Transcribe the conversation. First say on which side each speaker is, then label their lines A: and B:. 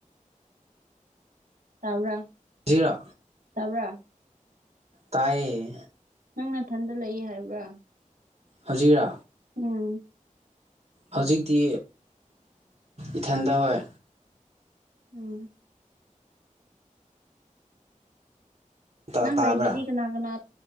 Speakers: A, on the right; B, on the right.
A: ꯇꯥꯕ꯭ꯔꯥ
B: ꯖꯤꯔꯥ
A: ꯇꯥꯕ꯭ꯔꯥ
B: ꯇꯥꯏꯌꯦ
A: ꯅꯪ ꯅꯥꯊꯟꯗ ꯂꯩꯏ ꯍꯥꯏꯕ꯭ꯔꯥ
B: ꯍꯧꯖꯤꯔꯥ
A: ꯎꯝ
B: ꯍꯧꯖꯤꯛꯇꯤ ꯏꯊꯟꯗ ꯍꯣꯏ
A: ꯎꯝ
B: ꯇꯥ
A: ꯅꯪ
B: ꯇꯥꯕ꯭ꯔꯥ
A: ꯂꯩꯕꯗꯤ ꯀꯅꯥ ꯀꯅꯥ